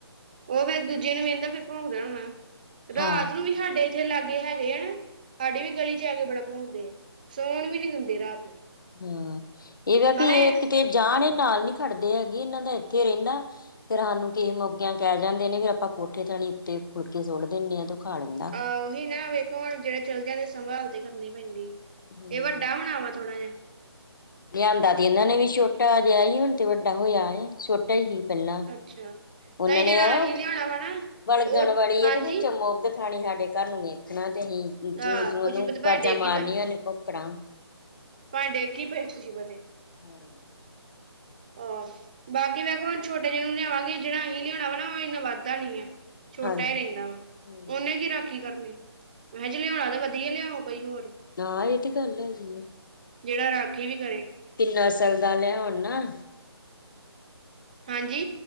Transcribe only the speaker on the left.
ਹਾਂ
ਹੂੰ, ਇਹ
ਵੀ ਇਹ ਕਿਤੇ ਜਾਣ ਨਾਲ ਨਹੀਂ ਖੜਦੇ ਹੈਗੇ ਇਹਨਾਂ ਦਾ ਇੱਥੇ ਰਹਿੰਦਾ। ਫੇਰ ਸਾਨੂੰ ਕਿਸੇ ਮੋਕਿਆਂ ਕਹਿ ਜਾਂਦੇ ਨੇ ਫੇਰ ਆਪਾਂ ਕੋਠੇ ਥਣੀ ਉੱਤੇ ਫੁਲਕੇ ਸੁੱਟ ਦਿੰਦੇ ਹਾਂ ਤੇ ਖਾ ਲੈਂਦਾ
ਹੂੰ
ਲਿਆਂਦਾ ਤੇ ਇਹਨਾਂ ਨੇ ਵੀ ਛੋਟਾ ਜਿਹਾ ਸੀ ਹੁਣ ਤੇ ਵੱਡਾ ਹੋਇਆ ਇਹ। ਛੋਟਾ ਸੀ ਪਹਿਲਾਂ,
ਉਹਨਾਂ
ਨੇ
ਯਾਰ
ਬਲਦਣ
ਵਾਲੀ
ਤੇ ਵੀਚੇ ਉਧਰ ਖਾਣੀ ਸਾਡੇ ਘਰ ਨੂੰ ਵੇਖਣਾ ਤੇ ਅਸੀਂ ਜੂ-ਜੂ
ਨੂੰ
ਵਾਜਾਂ
ਮਾਰਨੀਆਂ ਉਹਨੇ ਭੋਕੜਾਂ-
ਹਾਂ <inaudible>
ਹਾਂਜੀ
ਹਮ
ਨਾ ਇਹ ਤੇ ਗੱਲ ਹੈਗੀ ਆ।
ਕਿੰਨਾ ਸਾਲ ਦਾ ਲਿਆਉਣ ਨਾ।